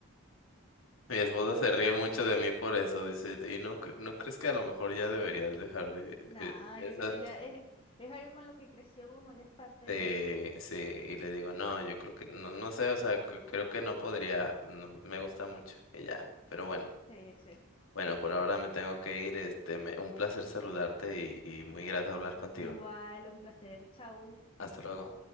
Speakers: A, on the left (about 70°); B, on the left (about 25°).
A: <laughs> Mi esposa se ríe mucho de mí por eso, dice, ¿y no, cre- no crees que a lo mejor ya deberías dejar de
B: Nada,
A: eh, esas?
B: yo creo ya es, es algo con lo que creció uno, ya es parte
A: Eh,
B: de...
A: sí, y le digo, no, yo creo que, no, no sé, o sea, c- creo que no podría, no, me gusta mucho, y ya, pero bueno,
B: Sí, sí.
A: bueno, por ahora me tengo que ir, este, me- un placer saludarte y, y muy grato hablar contigo.
B: Igual, un placer. Chau.
A: Hasta luego.